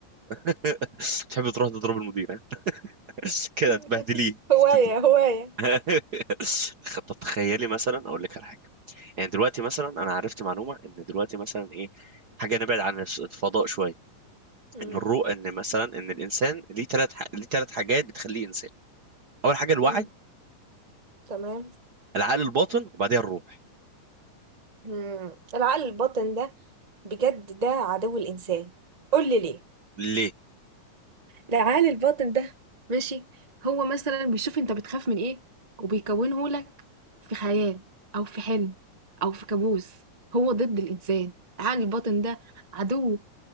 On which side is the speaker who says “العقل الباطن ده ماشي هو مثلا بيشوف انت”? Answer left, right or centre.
Right